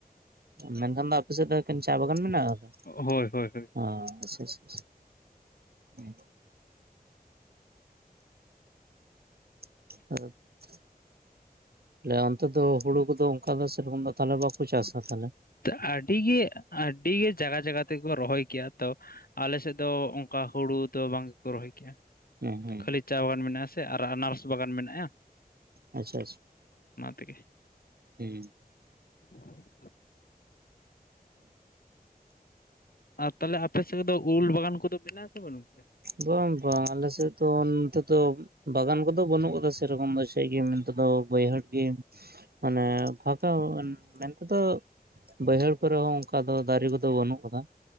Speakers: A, on the right; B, on the left.
A: ᱢᱮᱱᱠᱷᱟᱱ ᱫᱚ ᱚᱯᱮ ᱥᱮᱫ ᱫᱚ ᱮᱠᱮᱱ ᱪᱟ ᱵᱟᱜᱟᱱ ᱢᱮᱱᱟᱜ ᱟᱛᱚ᱾
B: ᱦᱳᱭ ᱦᱳᱭ ᱦᱳᱭ᱾
A: ᱚ ᱟᱪᱪᱷᱟ ᱟᱪᱪᱷᱟ ᱩᱸ᱾ <unintelligible> ᱛᱟᱞᱦᱮ ᱚᱱᱛᱮ ᱫᱚ ᱦᱩᱲᱩ ᱠᱚᱫᱚ ᱚᱱᱠᱟ ᱫᱚ ᱥᱮᱨᱚᱠᱚᱢ ᱫᱚ ᱛᱟᱞᱦᱮ ᱵᱟᱠᱩ ᱪᱟᱥᱟ ᱛᱟᱞᱦᱮ᱾
B: ᱛᱚ ᱟᱰᱤ ᱜᱮ ᱟᱰᱤ ᱜᱮ ᱡᱟᱭᱜᱟ ᱡᱟᱭᱜᱟ ᱛᱮᱜᱮ ᱠᱚ ᱨᱚᱦᱚᱭ ᱠᱮᱭᱟ ᱛᱚ ᱟᱞᱮ ᱥᱮᱫ ᱫᱚ ᱚ ᱠᱟ ᱦᱳᱲᱩ ᱫᱚ ᱵᱟᱝ ᱜᱮᱠᱚ ᱨᱚᱦᱚᱭ ᱠᱮᱭᱟ᱾
A: ᱦᱩᱸ ᱦᱩᱸ
B: ᱠᱷᱟᱹᱞᱤ ᱪᱟ ᱵᱟᱜᱟᱱ ᱢᱮᱱᱟᱜ-ᱥᱮ ᱟᱨ ᱟᱱᱟᱨᱥ ᱵᱟᱜᱟᱱ ᱢᱮᱱᱟᱭ-ᱟ᱾
A: ᱟᱪᱪᱷᱟ ᱟᱪᱪᱷᱟ
B: ᱛᱮᱜᱮ
A: ᱦᱩᱸ᱾
B: <inaudible> ᱟᱨ ᱛᱟᱦᱞᱮ ᱟᱯᱮ ᱥᱮᱜ ᱠᱚᱫᱚ ᱩᱞ ᱵᱟᱜᱟᱱ ᱠᱚᱫᱚ ᱢᱮᱱᱟᱜ ᱟᱥᱮ ᱵᱟᱱᱩᱜ᱾
A: ᱵᱟᱝ ᱵᱟᱝ ᱟᱞᱮ ᱥᱮᱜ ᱛᱚ ᱱᱚᱛᱮ ᱛᱚ᱾ ᱵᱟᱜᱟᱱ ᱠᱚᱫᱚ ᱵᱟᱹᱱᱩᱜ ᱠᱟᱫᱟ ᱥᱮᱨᱚᱠᱚᱢ ᱫᱚ ᱪᱮᱜ ᱜᱤ ᱢᱮᱱᱛᱮ ᱫᱚ ᱵᱟᱹᱭᱦᱟᱹᱲ ᱜᱤ᱾ ᱢᱟᱱᱮ ᱯᱷᱟᱠᱟ ᱢᱮᱱ ᱛᱮᱫᱚ᱾ ᱵᱟᱹᱭᱦᱟᱹᱲ ᱠᱚᱨᱮ ᱦᱚᱸ ᱚᱝᱠᱟ ᱫᱚ ᱫᱟᱨᱤ ᱠᱚᱫᱚ ᱵᱟᱹᱱᱩᱜ ᱠᱟᱫᱟ᱾